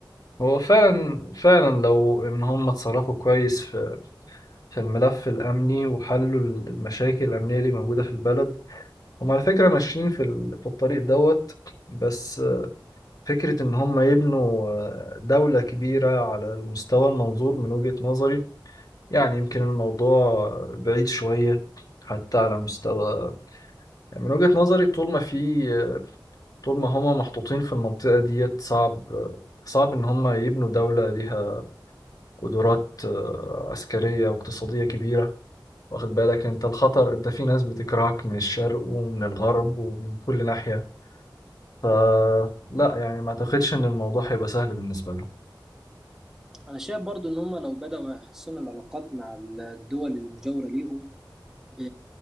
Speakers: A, on the left; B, in the centre.
A: هو فعلا فعلا لو إن هم اتصرفوا كويس في في الملف الأمني وحلوا المشاكل الأمنية اللي موجودة في البلد هم على فكرة ماشيين في ال- في الطريق دوت بس فكرة إن هم يبنوا آه، دولة كبيرة على المستوى المنظور من وجهة نظري يعني يمكن الموضوع بعيد شوية حتى على مستوى يعني من وجهة نظري طول ما في آه، طول ما هم محطوطين في المنطقة ديت صعب آه، صعب إن هم يبنوا دولة ليها قدرات آه، عسكرية واقتصادية كبيرة واخد بالك أنت الخطر أنت في ناس بتكرهك من الشرق ومن الغرب ومن كل ناحية فلا يعني ما أعتقدش إن الموضوع هيبقى سهل بالنسبة لهم
B: انا شايف برضو ان هم لو بداوا يحسنوا العلاقات مع الدول المجاوره ليهم ب...